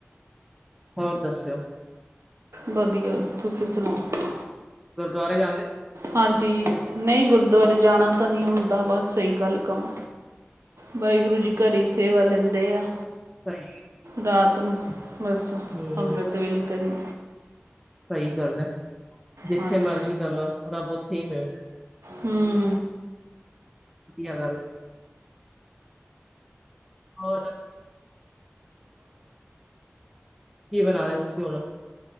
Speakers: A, in the centre; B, on the right.
A: ਹੋਰ ਦੱਸਿਓ?
B: ਬਧੀਆ ਤੁਸੀ ਸੁਣਾਓ?
A: ਗੁਰਦੁਆਰੇ ਜਾਂਦੇ?
B: ਹਾਂਜੀ, ਨਈ ਗੁਰਦੁਆਰੇ ਜਾਣਾ ਤਾਂ ਨਈ ਹੁੰਦਾ ਵਾ ਸਈ ਗੱਲ ਕਵਾਂ। ਵਾਹਿਗੁਰੂ ਜੀ ਘਰੀ ਸੇਵਾ ਲੈਂਦੇ ਆ।
A: ਸਹੀ
B: ਰਾਤ ਨੂੰ ਬਸ
A: ਹੂੰ,
B: ਅੰਮ੍ਰਿਤ ਵੇਲੇ ਕਰੀ
A: ਸਈ ਗੱਲ ਐ ਜਿੱਥੇ
B: ਹਾਂਜੀ
A: ਮਰਜੀ ਕਰ ਲੋ ਰੱਬ ਓਥੇ ਈ ਮਿਲ
B: ਹੁੰ।
A: ਵਧੀਆ ਗੱਲ ਐ। ਹੋਰ। ਕੀ ਬਣਾ ਲਿਆ ਤੁਸੀਂ ਹੁਣ?